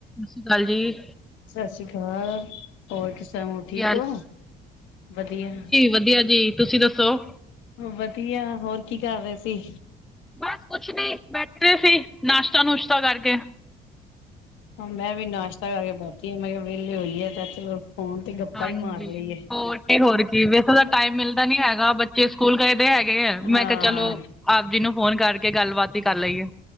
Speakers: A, in the centre; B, on the left (about 85°).
A: ਸਸਰੀਕਾਲ ਜੀ।
B: ਸਸੀ ਕਾਲ, ਹੋਰ ਸੁਨਾਓ
A: ਕੀ
B: ਠੀਕ ਓ? ਵਦੀਆ।
A: ਵਦੀਆ ਜੀ। ਤੁਸੀ ਦੱਸੋ?
B: ਵਧੀਆ, ਹੋਰ ਕੀ ਕਰ ਰਏ ਸੀ?
A: ਬਸ ਕੁਛ ਨੀ, ਬੈਠੇ ਸੀ, ਨਾਸ਼ਤਾ-ਨੁਸ਼ਤਾ ਕਰਕੇ।
B: ਹਾਂ ਮੈਂ ਵੀ ਨਾਸ਼ਤਾ ਕਰਕੇ ਬੈਠੀ, ਮੈਂ ਕੇਆ ਵੇਲੇ ਹੋਈਏ ਤੇ ਚਲੋ ਫੋਨ ਤੇ ਗੱਪਾਂ
A: ਹਾਂਜੀ,
B: ਹੀ ਮਾਰ ਲਈਏ।
A: ਹੋਰ ਕੀ ਹੋਰ ਕੀ, ਵੈਸੇ ਤਾਂ ਟਾਈਮ ਮਿਲਦਾ ਨੀ ਹੈਗਾ ਚੇ, ਸਕੂਲ ਗਏ ਦੇ ਹੈਗੇ ਐ, ਮੈਂ
B: ਹਾਂ
A: ਕੇਆ ਚਲੋ ਆਪ ਜੀ ਨੂੰ ਫੋਨ ਕਰਕੇ ਗੱਲਬਾਤ ਈ ਕਰ ਲਈਏ।